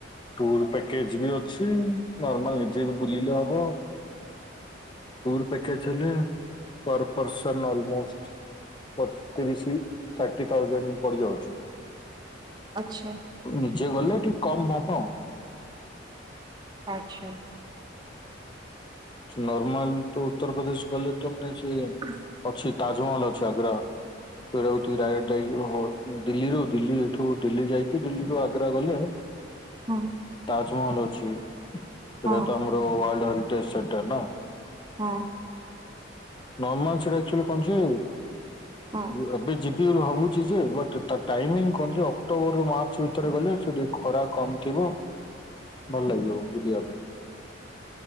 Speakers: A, on the left; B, on the right.
A: ଟୁର୍ ପ୍ୟାକେଜ୍ ବି ଅଛି ନର୍ମାଲ ନିଜେ ବି ବୁଲିଲେ ହବ। ଫୁର୍ ପ୍ୟାକେଜ୍ ହେଲେ ପର୍ ପର୍ସନ୍ ଅଲ୍ ମୋଷ୍ଟ୍ ପତିରିଶ ଥାର୍ଟି ଥାଜେଣ୍ଡ ପଡିଯାଉଚି।
B: ଆଛା।
A: ନିଜେ ଗଲେ ଟିକେ କମ୍ ମହ ଆଉ।
B: ଆଛା।
A: ନର୍ମାଲ୍ ତ ଉତ୍ତରପ୍ରଦେଶ୍ ଗଲେ ତମେ ସେ
B: <unintelligible>
A: ଅଛି ତାଜ୍ ମହଲ୍ ଅଛି ଆଗ୍ରା। ସେୟ ଡାଇରେକ୍ଟ ଯାଇକି ଦିଲ୍ଲୀରୁ ଦିଲ୍ଲୀ ଏଠୁ ଦିଲ୍ଲୀ ଯାଇକି ଦିଲ୍ଲୀରୁ ଆଗ୍ରା ଗଲେ <inaudible>
B: ହୁଁ।
A: ତାଜ୍ ମହଲ୍ ଅଛି ସେଟା
B: ହଁ
A: ତ ଆମର ୱାର୍ଲ୍ଡ ହରିଟେଜ୍ ସେଣ୍ଟର୍ ନା।
B: ହଁ।
A: ନର୍ମାଲ୍ ସେଟା ଏକ୍ଚୁଲି କଣ୍ କି
B: ହଁ
A: ଏବେ ଯି ଭାବୁଛି ଯେ ବଟ୍ ତା ଟାଇମିଂ କଣ ଯେ ଅକ୍ଟୋବର୍ ରୁ ମାର୍ଚ୍ଚ ଭିତରେ ଗଲେ ସେଠି ଖରା କମ୍ ଥିବ ଭଲ ଲାଗିବ ବୁଲିବା ପାଇଁ।